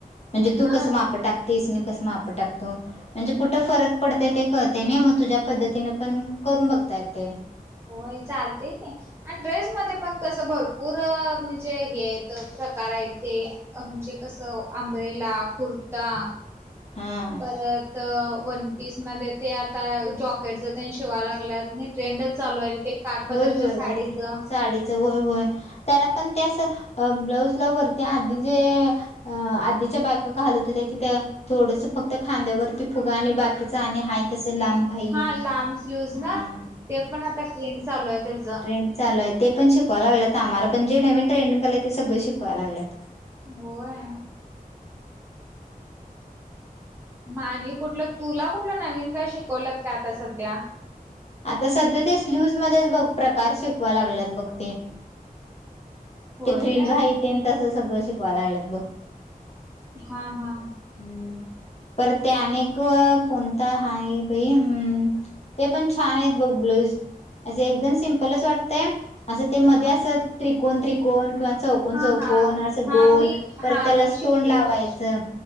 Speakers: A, on the left; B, on the right.
A: म्हणजे तू
B: हा
A: कसं माप टाकतेस. मी कसं माप टाकतो. म्हणजे कुठं फरक पडतयं ते कळते नाही. मग तुझ्या पद्धतीने पण करून बघता येतयं.
B: होयं चालतेय की. आणि ड्रेस मध्ये पण कसं भरपूर म्हणजे हे आहेत प्रकार आहेत ते. अ म्हणजे कस आंब्रेला कुर्ता.
A: हा.
B: वन पीस मध्ये ते आता जॉकेट जे शिवायला लागलेतं ट्रेंडच चालू आहे ते. काठ पदरच्या
A: होय.. होय..
B: साडीच
A: वरच साडीचं होय.. होय. त्याला पण ते असं ब्लाउजला वरती आधी जे.. अं आधीच्या बायका घालत होत्या कि त्या थोडस फक्त खांद्यावरती फुगा आणि बाकीच आणि हाय तस लांब बाही
B: हा लांब स्लीवज
A: अ
B: ना ते पण आता ट्रेंड चालूय तेज
A: लू आहे ते पण शिकवाय लागलंत आम्हाला. जे नवीन ट्रेंडिंग आलयं ते सगळं शिकवायला लागलेतं.
B: होय.. मानी कुठलं तुला कुठलं नवीन काय शिकवलत का आता सध्या.
A: आता सध्या ते स्ल्यूज मध्येच बघ प्रकार शिकवाला लागलेत बघ ते.
B: होय
A: ते फ्रिल
B: काय
A: भाई ते तसं सगळं शिकवायला लागलेत बघं.
B: हा हा
A: हम्म पर ते अनेक कोणता हाय बाई अम् ते पण छान आहेत बघ ब्लऊज असे एकदम सिम्पलच वाटतय. असं ते मध्ये
B: हा
A: असं त्रिकोण त्रिकोण किंवा चौक चौकोन
B: हा
A: चौकोन
B: हा
A: असं
B: हा
A: गोल
B: मी
A: परत
B: हा
A: त्याला
B: मी शिवले
A: स्टोन लावायचं.
B: तसलं